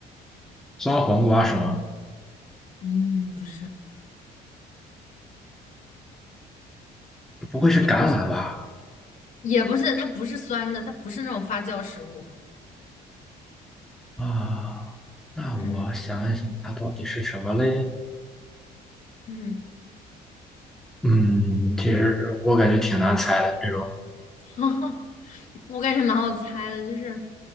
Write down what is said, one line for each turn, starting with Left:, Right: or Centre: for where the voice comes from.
Centre: 酸黄瓜是吗？
Left: 嗯，不是。
Centre: 不会是橄榄吧？
Left: 它不是。也不是，它不是酸的，它不是那种发酵食物。
Centre: 啊，那我想一想，
Left: 嗯
Centre: 它到底是什么嘞？
Left: 嗯，
Centre: 嗯，其实我感觉挺难猜的，这种
Left: <laughs> 我感觉蛮好猜的，就是